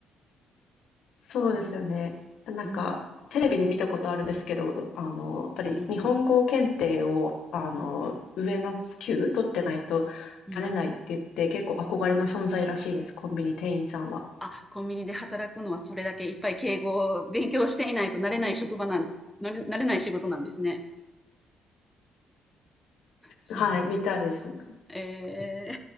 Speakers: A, on the left; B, in the centre.
A: そうですよね。
B: ね、
A: なんか、
B: うん、
A: テレビで見たことあるんですけど、あの、やっぱり日本語検定を、
B: うん、うん、
A: あの、
B: うん、
A: 上の級取ってないとなれないって言って、
B: うん。
A: 結構憧れの存在らしいです、コンビニ店員さんは。
B: あ、コンビニで働くのはそれだけいっぱい敬語を勉強していないとなれない職場なんです、なれ、なれない仕事なんですね。そうなん。
A: はい、みたいですね。
B: ええ